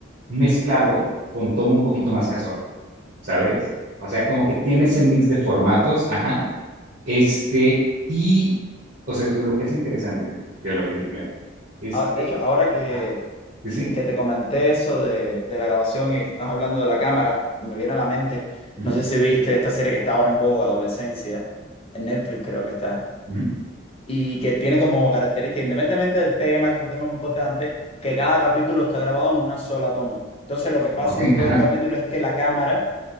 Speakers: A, on the right (about 45°); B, on the left (about 30°).
A: mezclado con toma un poquito más casual, ¿sabes? O sea, como que tiene
B: Sí.
A: ese mix de formatos, ajá. Este, y, o sea, te digo, lo que es interesante de la película es
B: Ah,
A: que,
B: de hecho, ahora que
A: ajá, sí, sí.
B: que te comenté eso de, de la grabación y estás hablando de la cámara, me viene a la mente,
A: ujú.
B: no sé si viste esta serie que está ahora en boga, Adolescencia, en Netflix creo que está,
A: Ujú.
B: y que tiene como característica, independientemente del tema, que es un tema muy importante, que cada capítulo está grabado en una sola toma. Entonces lo que pasa
A: Ok,
B: en todo
A: ajá,
B: el capítulo es que la cámara